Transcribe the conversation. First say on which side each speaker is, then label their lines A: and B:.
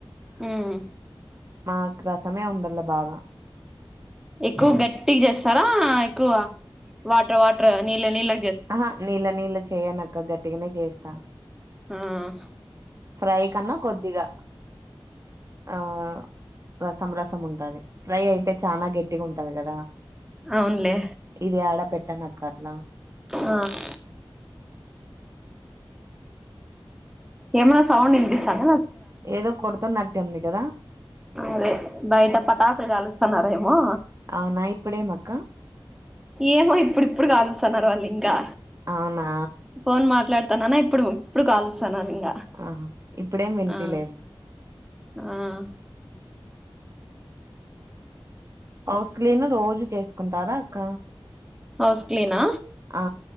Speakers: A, in the centre; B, on the right.
A: ఉమ్
B: ఆహ్. రసమే ఉండాల బాగా.
A: ఎక్కువ గట్టిగా చేస్తారా ఎక్కువ వాటర్ వాటర్ నీళ్ళ నీళ్ళ
B: ఆహా నీళ్ళ నీళ్ళ చేయనక్క గట్టిగానే చేస్తా.
A: ఆహ్.
B: ఫ్రై కన్నా కొద్దిగా ఆహ్. రసం రసం ఉంటది ఫ్రై అయితే చానా గట్టిగా ఉంటది కదా.
A: అవునులే
B: ఇది ఆడ పెట్టమాకు అక్క అట్లా.
A: ఆహ్. ఏమన్నా సౌండ్ వినిపిస్తుందా.
B: ఏదో కొడుతునట్టు ఉంది కదా.
A: అదే బయట పటాకులు కలుస్తున్నారేమో.
B: అవునా ఇప్పుడేమక్క.
A: ఏమో ఇప్పుడు ఇప్పుడు కాలుస్తున్నారు వాళ్ళు ఇంకా
B: అవునా
A: ఫోన్ మాట్లాడుతు. తననా ఇప్పుడు ఇప్పుడు కాల్స్తున్నారు ఇంకా
B: ఆహా ఇప్పుడేం వినిపిలేదు
A: ఆహ్. ఆహ్.
B: హౌస్ క్లీన్ రోజు చేసుకుంటారా అక్క.
A: హౌస్ క్లీనా
B: ఆ